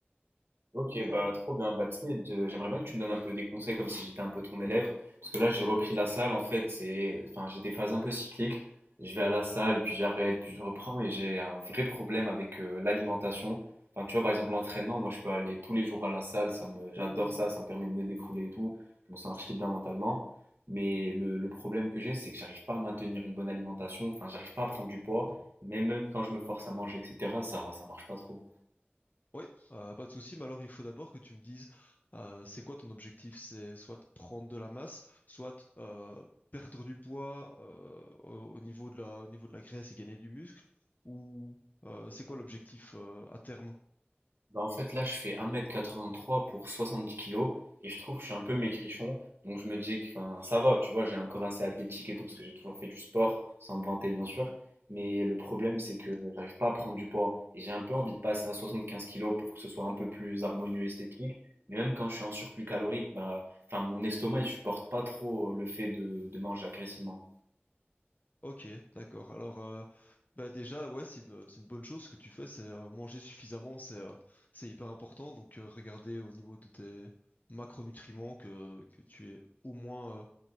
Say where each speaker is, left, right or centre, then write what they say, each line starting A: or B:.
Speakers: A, on the right; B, on the left.
A: Ok, bah trop bien. Bah, tu sais, de- j'aimerais bien que tu me donnes un peu des conseils comme si j'étais un peu ton élève. Parce que là, j'ai repris la salle en fait. C'est... Enfin, j'ai des phases un peu cycliques. Je vais à la salle, puis j'arrête, puis je reprends. Et j'ai un vrai problème avec euh, l'alimentation. Enfin, tu vois, par exemple, l'entraînement, moi je peux aller tous les jours à la salle. Ça me... J'adore ça. Ça me permet de me défouler et tout. Je me sens archi bien mentalement. Mais le, le problème que j'ai, c'est que j'arrive pas à maintenir une bonne alimentation. Enfin, j'arrive pas à prendre du poids. Mais même quand je me force à manger, etc., ça, ça marche pas trop.
B: Oui, euh, pas de souci, mais alors il faut d'abord que tu me dises euh, c'est quoi ton objectif? C'est soit prendre de la masse, soit euh, perdre du poids euh, au au niveau de la, au niveau de la graisse et gagner du muscle, ou euh, c'est quoi l'objectif euh, à terme?
A: Bah en fait là je fais un mètre quatre-vingt-trois pour 70 kilos et je trouve que je suis un peu maigrichon donc je me dis que enfin, ça va tu vois j'ai un corps assez athlétique et tout parce que j'ai toujours fait du sport sans me vanter bien sûr mais le problème c'est que j'arrive pas à prendre du poids et j'ai un peu envie de passer à 75 kilos pour que ce soit un peu plus harmonieux esthétique mais même quand je suis en surplus calorique bah enfin mon estomac il supporte pas trop le fait de, de manger agressivement
B: Ok, d'accord. Alors, euh, bah déjà, ouais, c'est une, c'est une bonne chose. Ce que tu fais, c'est euh, manger suffisamment, c'est euh, c'est hyper important. Donc, euh, regardez au niveau de tes macronutriments que, que tu es au moins, euh,